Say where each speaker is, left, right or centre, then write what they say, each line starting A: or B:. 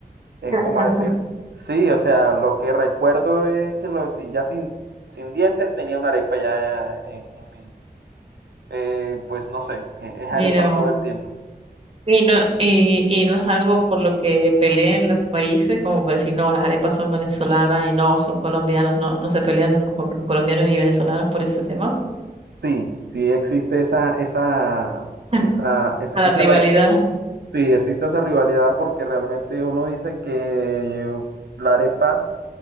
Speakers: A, on the right; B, on the right.
A: es
B: Claro.
A: como decir, sí, o sea, lo que recuerdo es que lo, si ya sin, sin dientes tenía una arepa ya en, en mi, eh, pues no sé, eh, es arepa
B: Mira
A: todo el tiempo.
B: Y no, y, y no es algo por lo que peleen los países, como por decir, no, las arepas son venezolanas y no, son colombianas, no, no se pelean los com- colombianos y venezolanos por ese tema.
A: Sí, sí existe esa, esa,
B: <laughs>
A: esa, ese,
B: La
A: ese
B: rivalidad
A: re- sí, existe esa rivalidad porque realmente uno dice que la arepa